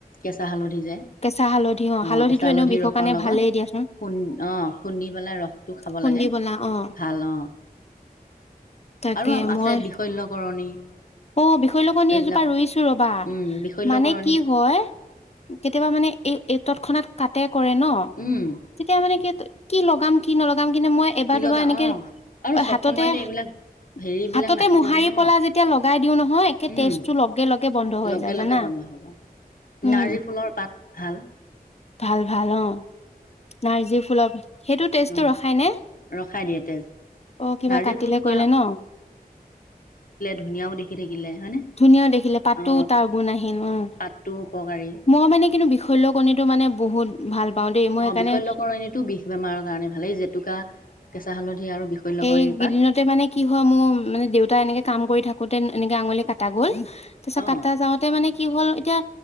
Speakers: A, on the left; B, on the left.
A: কেঁচা হালধি যে
B: কেঁচা হালধি
A: অ
B: হালধিটো
A: কেঁচা
B: এনেও
A: হালধি
B: বিষৰ
A: ৰসৰ
B: কাৰণে
A: লগত
B: ভালেই দিয়াচোন
A: খু অ খুন্দি পেলাই ৰসটো খাব
B: খুন্দি
A: লাগে
B: পেলা অ
A: ভাল অ
B: তাকে
A: আৰু আছে
B: মই
A: বিষল্যকৰণী
B: অ বিশল্যকৰণী
A: এইবিলাক
B: এজোপা ৰুইছো ৰবা
A: উম বিষল্যকৰণী
B: মানে কি হয় কেতিয়াবা মানে এই এইটত খনাত কাটে কৰে ন
A: উম
B: তেতিয়া মানে কি কি লগাম কি নলগাম কিন্তু মই এবাৰ
A: কি
B: দুবাৰ
A: লগা
B: এনেকে
A: অ আৰু চব
B: হাততে
A: সময়তে এইবিলাক হেৰিবিলাক
B: হাততে
A: নাথাকে
B: মোহাৰি
A: যে ন
B: পলা যেতিয়া লগাই দিও নহয়ে
A: উম
B: তেজটো লগে লগে বন্ধ হৈ
A: লগে
B: যায়
A: লগে
B: জানা
A: বন্ধ হ'ব
B: উম
A: নাৰ্জী ফুলৰ পাত ভাল
B: ভাল ভাল অ নাৰ্জী ফুলৰ সেইটো তেজটো
A: অ
B: ৰখাই নে
A: ৰখাই দিয়ে তেজ
B: অ কিবা
A: নাৰ্জী
B: কাটিলে
A: ফুলটোত
B: কৰিলে ন
A: ধুনীয়াও দেখি থাকিলে হয়নে
B: ধুনীয়া দেখিলে পাতো
A: অ
B: তাৰ গুণ আহিল উম
A: পাতটো উপকাৰী
B: মই মানে কিন্তু বিশল্য কণীটো মানে বহুত ভাল পাওঁ দেই মই
A: অঁ
B: সেইকাৰণে
A: বিশল্যকৰণীটো বিষ বেমাৰৰ কাৰণে ভালেই জেতুকা কেঁচা হালধি আৰু বিশল্যকৰণী
B: এইকেইদিনতে
A: পাত
B: মানে কি হয় মোৰ মানে দেউতাই এনেকে কাম কৰি থাকোতে এনেকে আঙুলি কাটা গ'ল তাৰ পিছত
A: অ
B: কাটা যাওঁতে মানে কি হ'ল এতিয়া